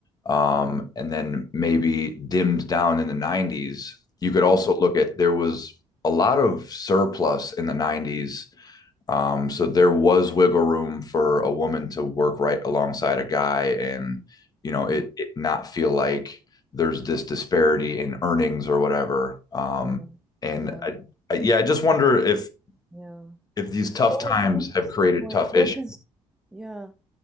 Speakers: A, on the left; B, in the centre.
A: um,
B: mm,
A: and then maybe dimmed down in the 90s, you could also
B: mm,
A: look at there was a lot of surplus in the 90s. Um, so there was wiggle room for a woman to work right alongside a guy and, you know, it,
B: mm.
A: it not feel like there's this disparity in earnings or whatever. Um,
B: Yeah.
A: and
B: Yeah.
A: I, I, yeah, I just wonder if
B: Yeah.
A: if these tough
B: No,
A: times
B: it's an interesting
A: have created
B: point.
A: tough
B: Well,
A: issues.
B: because yeah,